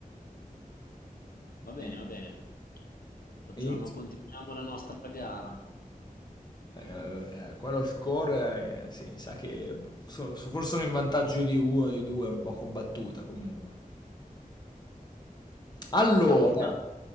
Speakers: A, on the left; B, on the left.
A: Va bene,
B: E-
A: va bene. Facciamo,
B: e inizio-
A: continuiamo la nostra gara.
B: eh, eh, qua lo score, eh, sì, mi sa che so- so- forse sono in vantaggio io di uno, di due, un po' combattuta comunque. Allora,
A: Parti te?